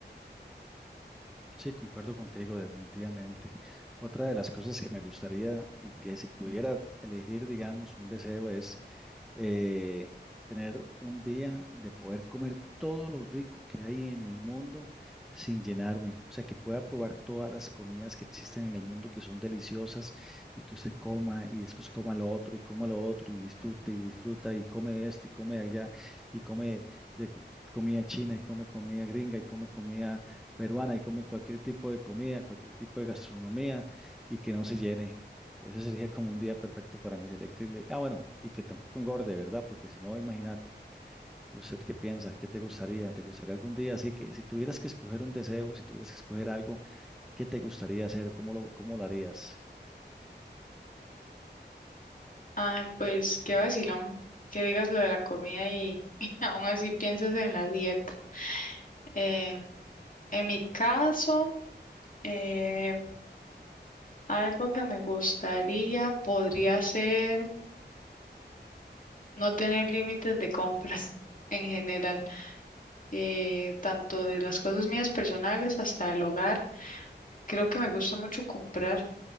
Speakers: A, in the centre; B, on the left (about 45°).
A: Sí, concuerdo contigo, definitivamente. Otra de las cosas que me gustaría y que si pudiera elegir, digamos, un deseo es eh, tener un día de poder comer todo lo rico que hay en el mundo sin llenarme. O sea, que pueda probar todas las comidas que existen en el mundo que son deliciosas y que usted coma y después coma lo otro y coma lo otro y disfruta y disfruta y come esto y come allá y come de cu- comida china y come comida gringa y come comida peruana y come cualquier tipo de comida, cualquier tipo de gastronomía y que no se llene. Eso sería como un día perfecto para mí, sería increíble. Ah, bueno, y que tampoco engorde, ¿verdad? Porque si no, imagínate, ¿usted qué piensa? ¿Qué te gustaría? ¿Te gustaría algún día? Así que si tuvieras que escoger un deseo, si tuvieras que escoger algo, ¿qué te gustaría hacer? ¿Cómo lo, cómo lo harías?
B: Ay, pues qué vacilón, que digas lo de la comida y <laughs> aún así piensas en la dieta. Eh, en mi caso, eh, algo que me gustaría podría ser... No tener límites de compras <laughs> en general, eh, tanto de las cosas mías personales hasta el hogar. Creo que me gusta mucho comprar